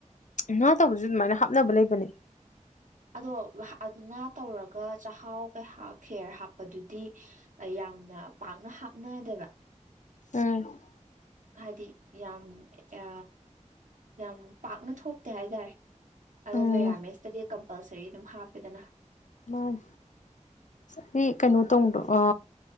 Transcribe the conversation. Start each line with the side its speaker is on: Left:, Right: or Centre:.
Left: ꯉꯥ ꯇꯧꯕꯁꯨ ꯑꯗꯨꯃꯥꯏꯅ ꯍꯥꯞꯅꯕ ꯂꯩꯕꯅꯦ
Right: ꯑꯗꯣ ꯑꯍꯥ ꯉꯥ ꯇꯧꯔꯒ ꯆꯥꯛꯍꯥꯎꯒ ꯍꯥ ꯈꯦꯔ ꯍꯥꯞꯄꯗꯨꯗꯤ ꯑ ꯌꯥꯝꯅ ꯄꯥꯛꯅ ꯍꯥꯞꯅꯗꯦꯕ
Left: ꯎꯝ
Right: ꯍꯥꯏꯗꯤ ꯌꯥꯝ ꯌꯥ ꯌꯥꯝ ꯄꯥꯛꯅ ꯊꯣꯛꯇꯦ ꯍꯥꯏꯇꯥꯔꯦ ꯑꯗꯣ
Left: ꯎꯝ
Right: ꯃꯦꯔꯥꯃꯦꯁꯇꯗꯤ ꯀꯝꯄꯜꯁꯔꯤ ꯑꯗꯨꯝ ꯍꯥꯞꯄꯦꯗꯅ
Left: ꯎꯝ ꯁꯤ ꯀꯩꯅꯣ ꯇꯨꯡꯗ꯭ꯔꯣ ꯑ